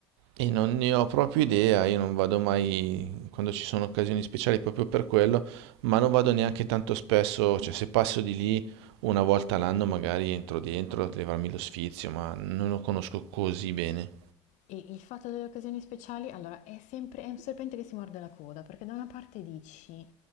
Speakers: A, on the right; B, on the left.
A: E non ne ho proprio idea, io non vado mai quando ci sono occasioni speciali proprio per quello, ma non vado neanche tanto spesso, cioè se passo di lì una volta all'anno magari entro dentro a levarmi lo sfizio, ma non lo conosco così bene.
B: I- Il fatto delle occasioni speciali, allora, è sempre è un serpente che si morde la coda, perché da una parte dici